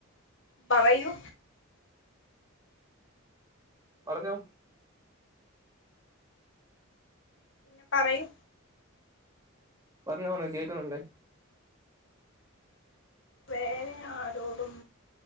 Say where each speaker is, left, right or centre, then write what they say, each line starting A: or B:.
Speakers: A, on the left (about 60°); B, on the right (about 15°).
A: പറയൂ
B: പറഞ്ഞോ
A: പിന്നെ പറയൂ
B: പറഞ്ഞോന്നെ കേക്കുന്നുണ്ടെ
A: വേറെ ആരോടും